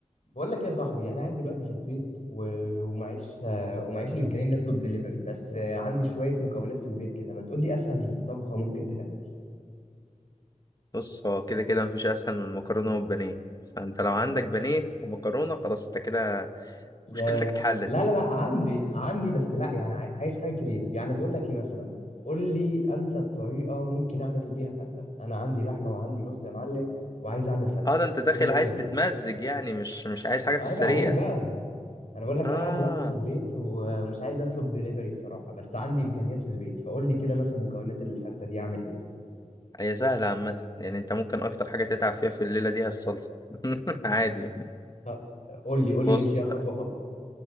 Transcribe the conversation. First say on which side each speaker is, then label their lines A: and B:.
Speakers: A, on the left; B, on the left.
A: بقول لك ايه يا صاحبي انا قاعد دلوقتي في البيت و... ومعيش آه، ومعيش الامكانيه اني اطلب دليفري بس آه، عندي شويه مكونات في البيت كده ما تقول لي اسهل طبخه ممكن تتعمل
B: بص هو كده كده مفيش اسهل من المكرونه والبانيه فانت لو عندك بانيه ومكرونه خلاص انت كده
A: يا
B: مشكلتك اتحلت
A: لا لا لا عندي عندي بس لا يعني عاي- عايز حاجه كريتيف يعني بقول لك ايه مثلا قول لي انسب طريقه ممكن اعمل بيها فته انا عندي لحمه وعندي رز يا معلم وعايز اعمل فته
B: اه ده انت داخل
A: قول لي
B: عايز
A: اعمل
B: تتمزج
A: ايه
B: يعني مش مش عايز
A: عيب
B: حاجه في السريع
A: عليك بقى انا بقول لك
B: اه
A: قاعد لوحدي في البيت و- ومش عايز اطلب دليفري الصراحه بس عندي امكانيات في البيت فقول لي كده مثلا مكونات الفته دي اعمل ايه
B: هي سهله عامه يعني انت ممكن اكتر حاجه تتعب فيها في الليله دي هي الصلصه <laughs> عادي
A: طب قول لي قول لي
B: بص
A: نمشيها خطوه
B: بقى،
A: خطوه